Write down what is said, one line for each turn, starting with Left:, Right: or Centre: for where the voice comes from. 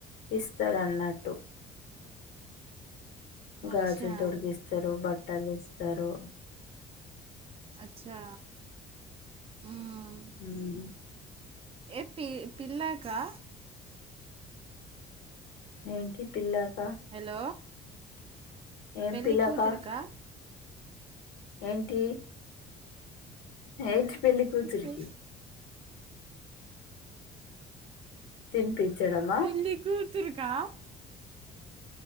Left: ఇస్తారున్నట్టు గాజులు
Right: అచ్చా
Left: తొడిగిస్తారు బట్టలిస్తారు
Right: అచ్చా ఉమ్
Left: ఉమ్
Right: ఏ పి పిల్లాకా
Left: దేనికి పిల్లాక
Right: హలో
Left: ఏం
Right: పెళ్ళి
Left: పిల్లాక
Right: కూతురికా
Left: ఏంటి ఎయిడ్స్ పెళ్ళి కూతురికి
Right: పె-
Left: తినిపించడమా
Right: పెళ్ళి కూతురికా